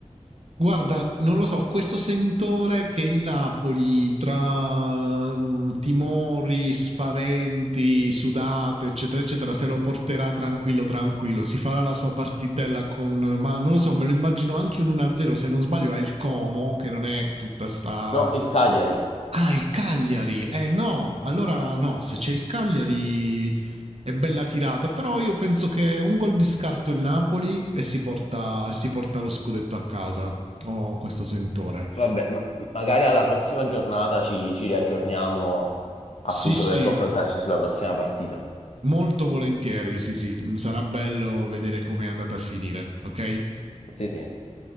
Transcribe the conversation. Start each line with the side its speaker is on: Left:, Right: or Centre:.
Right: Guarda, non lo so, questo sentore che il Napoli tra ehm, timori, spaventi, sudate, eccetera, eccetera, se lo porterà tranquillo, tranquillo, si farà la sua partitella con... Ma non lo so, me lo immagino anche un 1-0, se non sbaglio ha il Como, che non è tutta sta
Left: No, il Cagliari.
Right: Ah, il Cagliari. Eh no, allora no, se c'è il Cagliari è bella tirata, però io penso che un gol di scarto il Napoli e si porta, e si porta lo scudetto a casa. Ho oh, questo sentore.
Left: Vabbè, ma- magari alla prossima giornata ci, ci riaggiorniamo appunto
Right: Sì, sì,
Left: per confrontarci sulla prossima partita.
Right: molto volentieri, sì, sì, sarà bello vedere come è andata a finire, ok?
Left: Sì, sì, a